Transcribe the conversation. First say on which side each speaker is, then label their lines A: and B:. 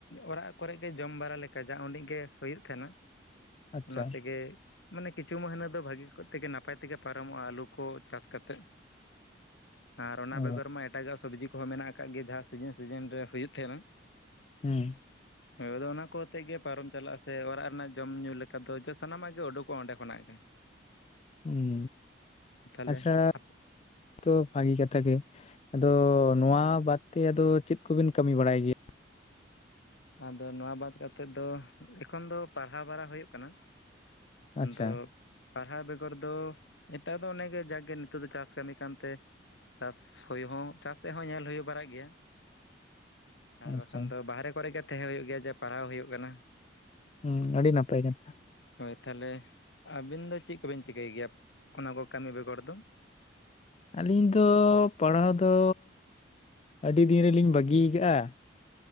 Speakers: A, on the left; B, on the left.
A: ᱚᱲᱟᱜ ᱠᱚᱨᱮ ᱜᱮ ᱡᱚᱢ ᱵᱟᱲᱟ ᱞᱮᱠ ᱠᱟᱡᱟ ᱩᱸᱰᱤᱜ ᱜᱮ ᱦᱩᱭᱩᱜ ᱛᱟᱦᱮᱱᱟ
B: ᱟᱪᱪᱷᱟ
A: ᱚᱱᱟ ᱛᱮᱜᱮ ᱢᱟᱱᱮ ᱠᱤᱪᱷᱩ ᱢᱟᱹᱦᱱᱟᱹ ᱫᱚ ᱵᱷᱟᱹᱜᱤ ᱠᱚ ᱛᱮᱜᱮ ᱱᱟᱯᱟᱭ ᱛᱮᱜᱮ ᱯᱟᱨᱚᱢᱚᱜᱼᱟ ᱟᱹᱞᱩ ᱠᱚ ᱪᱟᱥ ᱠᱟᱛᱮᱜ ᱾ ᱟᱨ ᱚᱱᱟ
B: ᱚ
A: ᱵᱮᱜᱚᱨ ᱢᱟ ᱮᱴᱟᱜᱟᱜ ᱥᱚᱵᱽᱡᱤ ᱠᱚᱦᱚᱸ ᱢᱮᱱᱟᱜ ᱟᱠᱟᱜ ᱜᱮ ᱡᱟᱦᱟᱸ ᱥᱤᱡᱤᱱ ᱥᱤᱡᱤᱱ ᱨᱮ ᱦᱩᱭᱩᱜ ᱛᱟᱦᱮᱱᱟ ᱾
B: ᱦᱮᱸ᱾
A: ᱦᱚᱭ ᱟᱫᱚ ᱚᱱᱟ ᱠᱚᱛᱮ ᱜᱮ ᱯᱟᱨᱚᱢ ᱪᱟᱞᱟᱜ ᱟᱥᱮ ᱚᱲᱟᱜ ᱨᱮᱱᱟᱜ ᱡᱚᱢ ᱧᱩ ᱞᱮᱠᱟ ᱫᱚ ᱡᱟᱹᱥ ᱥᱟᱱᱟᱢᱟᱜ ᱜᱮ ᱚᱸᱰᱚᱠᱚᱜᱼᱟ ᱚᱸᱰᱮ ᱠᱷᱚᱱᱟᱜ ᱜᱮ
B: ᱦᱩᱸ
A: ᱾ ᱛᱟᱦᱚᱞᱮ
B: ᱟᱪᱪᱷᱟ
A: ᱟᱯᱮ
B: ᱛᱚ ᱵᱷᱟᱹᱜᱤ ᱠᱟᱛᱷᱟ ᱜᱮ ᱾ ᱟᱫᱚ ᱱᱚᱣᱟ ᱵᱟᱫᱽ ᱛᱮ ᱟᱫᱚ ᱪᱮᱫ ᱠᱚᱵᱤᱱ ᱠᱟᱹᱢᱤ ᱵᱟᱲᱟᱭ ᱜᱮᱭᱟ?
A: ᱟᱫᱚ ᱱᱚᱣᱟ ᱵᱟᱫᱽ ᱠᱟᱛᱮᱜ ᱫᱚ ᱮᱠᱷᱚᱱ ᱫᱚ ᱯᱟᱲᱦᱟᱣ ᱵᱟᱲᱟ ᱦᱩᱭᱩᱜ ᱠᱟᱱᱟ ᱾ ᱟᱫᱚ
B: ᱟᱪᱪᱷᱟ
A: ᱯᱟᱨᱦᱟ ᱵᱮᱜᱚᱨ ᱫᱚ ᱮᱴᱟᱜ ᱫᱚ ᱚᱱᱮ ᱜᱮ ᱡᱟᱠ ᱜᱮ ᱱᱤᱛᱚᱜ ᱫᱚ ᱪᱟᱥ ᱠᱟᱹᱢᱤ ᱠᱟᱱ ᱛᱮ ᱪᱟᱥ ᱦᱩᱭ ᱦᱚᱸ ᱪᱟᱥᱮᱫ ᱦᱚᱸ ᱧᱮᱞ ᱦᱩᱭ ᱵᱟᱲᱟᱜ ᱜᱮᱭᱟ ᱟᱨ
B: ᱟᱪᱪᱷᱟ
A: ᱵᱟᱠᱷᱟᱱ ᱫᱚ ᱵᱟᱦᱨᱮ ᱠᱚᱨᱮ ᱜᱮ ᱛᱟᱦᱮᱸ ᱦᱩᱭᱩᱜ ᱜᱮᱭᱟ ᱡᱮ ᱯᱟᱲᱦᱟᱣ ᱦᱩᱭᱩᱜ ᱠᱟᱱᱟ ᱾
B: ᱦᱩᱸ ᱟᱹᱰᱤ ᱱᱟᱯᱟᱭ ᱠᱟᱛᱷᱟ
A: ᱦᱚᱭ ᱛᱟᱦᱚᱞᱮ ᱟᱹᱵᱤᱱ ᱫᱚ ᱪᱮᱫ ᱠᱚᱵᱤᱱ ᱪᱤᱠᱟᱹᱭ ᱜᱮᱭᱟ ᱚᱱᱟ ᱠᱚ ᱠᱟᱹᱢᱤ ᱵᱮᱜᱚᱨ ᱫᱚ?
B: ᱟᱹᱞᱤᱧ ᱫᱚ ᱯᱟᱲᱦᱟᱣ ᱫᱚ ᱟᱹᱰᱤ ᱫᱤᱱ ᱨᱮᱞᱤᱧ ᱵᱟᱹᱜᱤᱭᱟᱠᱟᱜᱼᱟ ᱾